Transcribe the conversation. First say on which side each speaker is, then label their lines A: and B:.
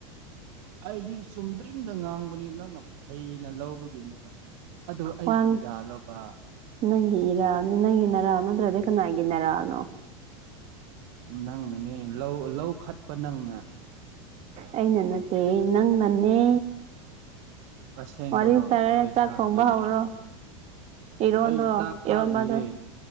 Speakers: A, on the right (about 60°); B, on the right (about 40°).
A: ꯑꯩꯗꯤ ꯆꯨꯝꯗ꯭ꯔꯤꯡꯗ ꯉꯥꯡꯕꯅꯤ ꯅꯪꯅ ꯐꯩꯅ ꯂꯧꯕꯒꯤꯅꯦ ꯑꯗꯣ ꯑꯩꯒꯤ
B: ꯋꯥ
A: ꯏꯔꯥꯜꯂꫭꯕ
B: ꯅꯪꯒꯤ ꯏꯔꯥꯜꯅꯤ ꯅꯪꯒꯤ ꯅꯔꯥꯟ ꯅꯥꯇ꯭ꯔꯗꯤ ꯀꯅꯥꯒꯤ ꯅꯔꯥꯟꯅꫭ
A: ꯅꯪꯅꯅꯦ ꯂꯧ ꯂꯧ ꯈꯠꯄ ꯅꯪꯅ
B: ꯑꯩꯅ ꯅꯠꯇꯦ ꯅꯪꯅꯅꯦ
A: ꯑꯁꯦꯡꯕꯔꯣ
B: ꯋꯥꯔꯤ ꯁꯥꯔꯦ
A: ꯂꯩꯁꯥꯕꯤ
B: ꯆꯥꯛ ꯊꯣꯡꯕ ꯍꯧꯔꯣ ꯏꯔꯣꯟꯗꯣ
A: ꯑꯩ ꯆꯥꯛ ꯀꯥꯞꯂꯤꯌꯦ
B: ꯏꯔꯣꯟꯕꯗꯣ